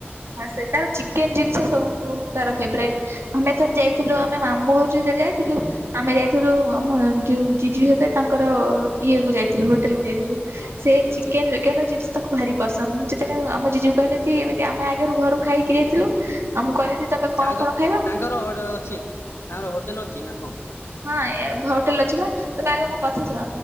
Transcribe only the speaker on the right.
ହଁ ସେ ତାର ଚିକେନ ଜିନିଷ ସବୁ ବହୁତ ତାର ଫେବରାଇଟ୍ ଆମେ ଥରେ ଯାଇଥିଲୁ ଆମେ ମାମୁଁ ଘରକୁ ଯାଇ ଯାଇଥିଲୁ ଆମେ ଯାଇଥିଲୁ ଆମ ଯୋଉ ଜିଜୁ ହେବେ ତାଙ୍କର ଇଏ କୁ ଯାଇଥିଲୁ ହୋଟେ ହୋଟେଲକୁ ଯାଇଥିଲୁ
ସେ
ଚିକେନ୍ ବିକେନ ଜିନିଷ ତାକୁ ଭାରି ପସନ୍ଦ ମୁଁ ଯେତେବେଳେ ଆମ ଜିଜୁ କହିଲେ ତି ଏମିତି ଆମେ ଆଗରୁ ଘରୁ ଖାଇକି ଯାଇଥିଲୁ ଆମକୁ କହିଲେ ତି ତମେ କଣ
କଣ ଖାଇବ
ହଁ ଏ ବ ହୋଟେଲ ଅଛିି ପା ତମେ ଆଗେ ମୋ କଥା ଶୁଣ